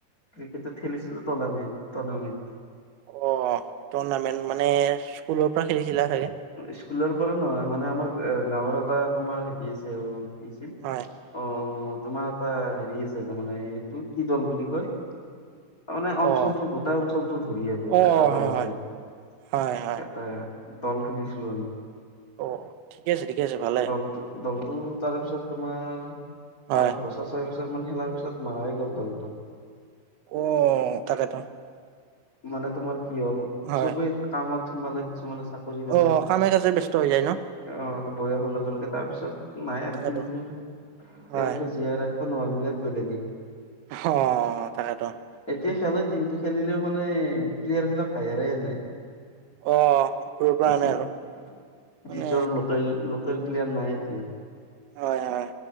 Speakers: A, on the left; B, on the right.
A: ক্ৰিকেটত খেলিছিলো টৰ্নামি টৰ্নামিণ্ট
B: অঁ, টুৰ্ণামেণ্ট মানে স্কুলৰ পৰা খেলিছিলা চাগে
A: স্কুলৰ পৰা নহয় মানে আমাৰ গাঁৱৰ পৰা তোমাৰ শিকিছে অঁ শিকিল
B: হয়
A: অঁ তোমাৰ এটা হেৰি আছে তাৰমানে এইটো কি দল বুলি কয় তাৰ মানে অঞ্চলটোৰ
B: অ',
A: গোটাই অঞ্চলটো ধৰি আছোঁ আৰু
B: অ',
A: এটা দল
B: হয়,
A: আছে
B: হয়, হয়, হয়,
A: এটা দল খুলিছিলো আমি
B: অ ঠিকে আছে ঠিকে আছে ভালে
A: দলটো দলটো তাৰে পিছত তোমাৰ
B: হয়।
A: পাঁচ বছৰ? চয় বছৰ মান খেলাৰ পিছত মাৰাই গ'ল দলটো
B: অঁ তাকে তো
A: মানে তোমাৰ কি হ'ল।
B: হয়,
A: চবেই কামত সোমালে কিছুমানে চাকৰি পালে
B: অ কামে কাজে ব্যস্ ত হৈ যায় ন।
A: অ ত' বয়সৰ লগে লগে তাৰপিছত নাই আৰু
B: তাকেতো।
A: টীমটো তেওঁলোকে
B: হয়,
A: জীয়াই ৰাখিব নোৱাৰিলে বেলেগেই
B: অ', তাকেত
A: এতিয়া খেলে টিমটো খেলিলেও মানে প্লেয়াৰ বিলাক হায়াৰে আনে
B: অ', দূৰৰ পৰা
A: উম
B: আনে
A: উম
B: আৰু মানে
A: নিজৰ লোকেল লোকেল প্লেয়াৰ নাই এতিয়া।
B: হয়, হয়,